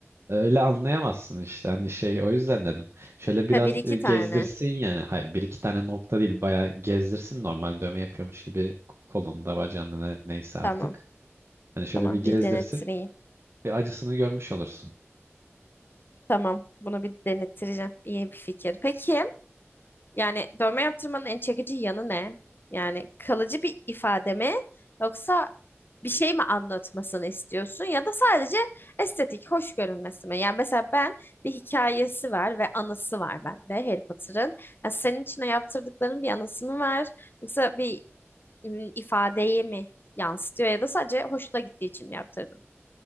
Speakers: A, on the right; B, on the left.
A: Öyle anlayamazsın işte hani şey o yüzden dedim. Şöyle biraz
B: Ha bir iki
A: e, gezdirsin
B: tane.
A: yani. Hayır bir iki tane nokta değil bayağı gezdirsin normal dövme yapıyormuş gibi kolunda bacağında ne- neyse artık.
B: Tamam.
A: Hani şöyle
B: Tamam
A: bir gezdirsin
B: bir denettireyim.
A: bir acısını görmüş olursun.
B: Tamam bunu bir denettireceğim. İyi bir fikir. Peki yani dövme yaptırmanın en çekici yanı ne? Yani kalıcı bir ifade mi? Yoksa bir şey mi anlatmasını istiyorsun ya da sadece estetik, hoş görünmesi mi? Yani mesela ben bir hikayesi var ve anısı var bende Harry Potter'ın. Yani senin için o yaptırdıkların bir anısı mı var? Yoksa bir ım, ifadeyi mi yansıtıyor ya da sadece hoşuna gittiği için mi yaptırdın?